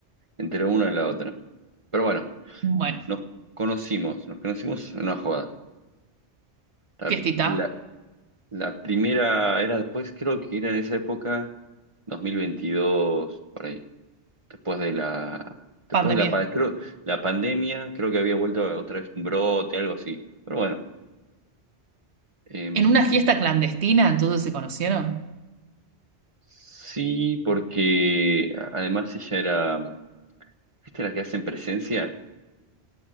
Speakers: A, on the right; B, on the right.
A: entre una y la otra. Pero bueno,
B: Bueno,
A: nos conocimos, nos conocimos en una joda. La,
B: fiestita,
A: la- la primera era después, creo que era en esa época, 2022, por ahí, después de la, después
B: pandemia.
A: de la, pa- creo, la pandemia, creo que había vuelto otra vez un brote, algo así. Pero bueno, em,
B: En una fiesta clandestina, entonces se conocieron.
A: Sí, porque a- además ella era, mm, ¿viste las que hacen presencia?